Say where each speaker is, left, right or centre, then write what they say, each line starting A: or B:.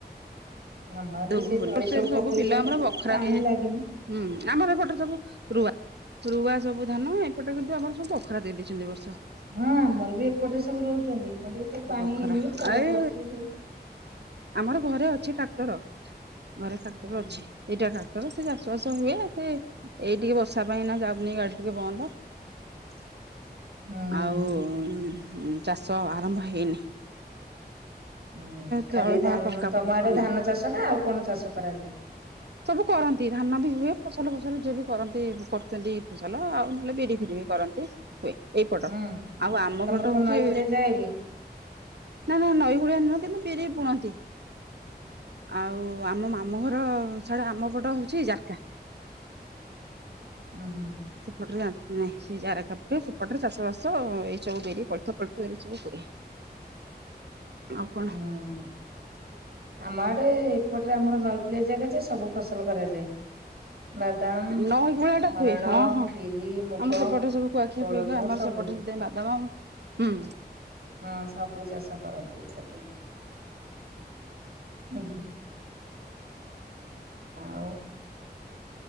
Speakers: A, on the right (about 70°); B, on the right (about 80°).
A: ହୁଁ ଆମର
B: ଯୋଗ
A: ବି ସେ
B: ହଉନି
A: ତଳି ସବୁ ପକେଇଛନ୍ତି
B: ବିଲ ଆମର
A: କି
B: ବଖରା
A: ପାଣି
B: ଦେଇ
A: ଲାଗିନି।
B: ହୁଁ ଆମର ଏପଟରେ ସବୁ ରୁଆ। ରୁଆ ସବୁ ଧାନ, ଏପଟେ କିନ୍ତୁ ଆମର ସବୁ ବଖରା ଦେଇ ଦେଇଚନ୍ତି ଏ ବର୍ଷ।
A: ହଁ ଆମର ବି ଏପଟେ ସବୁ ରୋଉଚନ୍ତି, କିନ୍ତୁ ଏ ଯୋଉ ପାଣି
B: ବଖରା
A: ହେଇନେଇ ତଳା
B: ଏଇ
A: ପଡିଛି ସବୁ।
B: ଆମର ଘରେ ଅଛି ଟ୍ରାକ୍ଟର, ଘରେ ଟ୍ରାକ୍ଟର
A: ହୁଁ
B: ଅଛି। ଏଇଟା ଟ୍ରାକଟର ସେ ଚାଷ ବାସ ହୁଏ, ସେ ଏଇ ଟିକେ ବର୍ଷା ପାଇଁ ଏଇନା ଯାଉନେଇ ଗାଡି ଟିକେ ବନ୍ଦ।
A: <unintelligible> ହୁଁ।
B: ଆଉ ଉମ୍ ଚାଷ ଆରମ୍ଭ ହେଇନେଇ।
A: ହୁଁ,
B: ତଳ
A: ଖାଲି
B: ଫଳା
A: ଧାନ
B: ପକା ପକି
A: ତମ ଆଡେ
B: କରିନାହାନ୍ତି।
A: ଧାନ ଚାଷ ନା ଆଉ କଣ ଚାଷ କରାଯାଏ?
B: ସବୁ କରନ୍ତି। ଧାନ ବି ହୁଏ, ଫସଲ ଫସଲ ଯିଏ ବି କରନ୍ତି କରୁଚନ୍ତି ଫସଲ ଆଉ ନହେଲେ ବିରି ଫିରି ବି। କରନ୍ତି ହୁଏ, ଏଇପଟ।
A: ହୁଁ
B: ଆଉ ଆମ
A: ତମର
B: ପଟ
A: କଣ
B: ହଉଛି
A: ନଈକୂଳିଆ ଜାଗା କି?
B: ନା ନା, ନଈକୂଳିଆ ନୁହଁ କିନ୍ତୁ ବିରି ବୁଣନ୍ତି। ଆଉ ଆମ ମାମୁଁଘର ସାଡେ ଆମ ପଟ ହଉଛି ଜାରକା।
A: ହୁଁ ହୁଁ।
B: ସେପଟରେ ଜାଣନ୍ତି ନାଇଁ, ସେ ଜାରକା ପଟେ ସେପଟରେ ଚାଷ ବାସ ଏଇ ସବୁ ବିରି, କୋଳଥ ପୋଳଥ ଏଇରା ସବୁ ହୁଏ।
A: <unintelligible>
B: ଆଉ କଣ?
A: ହୁଁ। ଆମ ଆଡେ, ଏପଟରେ ଆମର ନଈକୂଳିଆ ଜାଗା ଯେ ସବୁ ଫସଲ କରାଯାଏ। ବାଦାମ
B: ନଈକୂଳିଆଟା
A: ହରଡ଼,
B: ହୁଏ, ହଁ ହଁ। ଆମ
A: ବିରି, ମୁଗ,
B: ସେପଟେ ସବୁ କୁଆଖିଆ
A: କୋଳଥ
B: ପୁଆଖିଆ ଆମର
A: ସବୁ
B: ସେପଟେ ଟେ ବାଦାମ ହୁଁ।
A: ହଁ ସବୁ ଚାଷ କରନ୍ତି ଏପଟରେ। ହୁଁ, ଆଉ